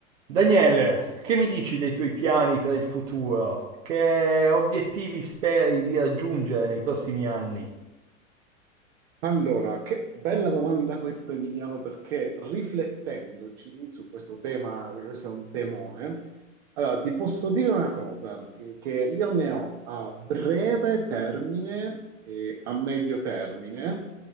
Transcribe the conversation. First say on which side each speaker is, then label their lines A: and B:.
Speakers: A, on the right; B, on the right.
A: Daniele, che mi dici dei tuoi piani per il futuro? Che obiettivi speri di raggiungere nei prossimi anni?
B: Allora, che bella domanda questa, Emiliano, perché riflettendoci su questo tema, perché questo è un temone, allora, ti posso dire una cosa, eh, che io ne ho a breve termine e a medio termine.